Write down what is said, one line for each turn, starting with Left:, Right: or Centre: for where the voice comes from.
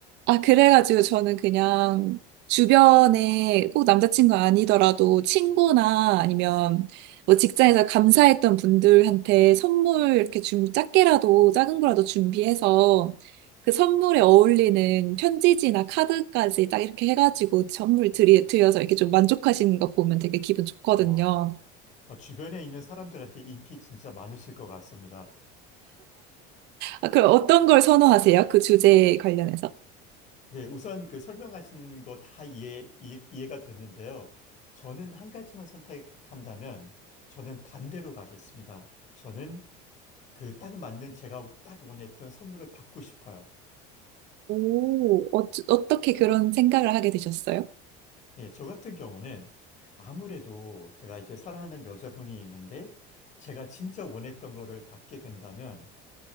Right: 아, 그래가지고 저는 그냥 주변에 꼭 남자친구 아니더라도 친구나 아니면 뭐 직장에서 감사했던 분들한테 선물 이렇게 좀 작게라도 작은 거라도 준비해서 그 선물에 어울리는 편지지나 카드까지 딱 이렇게 해가지고 선물 드리, 드려서 이렇게 좀 만족하시는 거 보면 되게 기분 좋거든요.
Left: 와, 어, 주변에 있는 사람들한테 인기 진짜 많으실 것 같습니다.
Right: 아, 그럼 어떤 걸 선호하세요? 그 주제에 관련해서?
Left: 네, 우선 그 설명하신 거 다 이해, 이해, 이해가 됐는데요. 저는 한 가지만 선택한다면 저는 반대로 가겠습니다. 저는 그 딱 맞는 제가 딱 원했던 선물을 받고 싶어요.
Right: 오, 어, 어떻게 그런 생각을 하게 되셨어요?
Left: 예, 저 같은 경우는 아무래도 제가 이제 사랑하는 여자분이 있는데 제가 진짜 원했던 거를 받게 된다면